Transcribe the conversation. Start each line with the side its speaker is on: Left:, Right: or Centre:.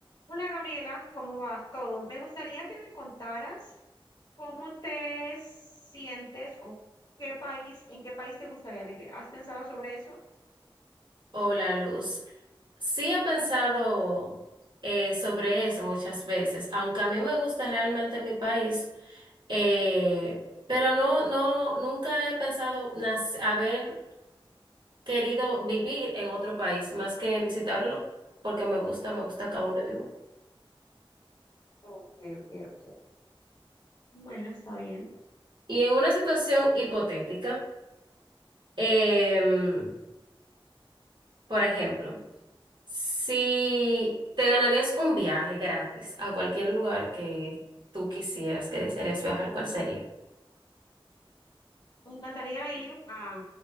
Left: Hola Gabriela, ¿cómo va todo? Me gustaría que me contaras cómo te sientes o qué país, en qué país te gustaría vivir. ¿Has pensado sobre eso?
Right: Hola, Luz. Sí he pensado eh, sobre eso muchas veces, aunque a mí me gusta realmente mi país, eh, pero no, no, nunca he pensado nas- haber querido vivir en otro país más que visitarlo, porque me gusta, me gusta acá donde vivo.
Left: Ok, ok, ok. Bueno, está bien.
Right: Y en una situación hipotética, em, por ejemplo. Si te ganarías un viaje gratis a cualquier lugar que tú quisieras, que desearías viajar, ¿cuál sería?
Left: Me encantaría ir a,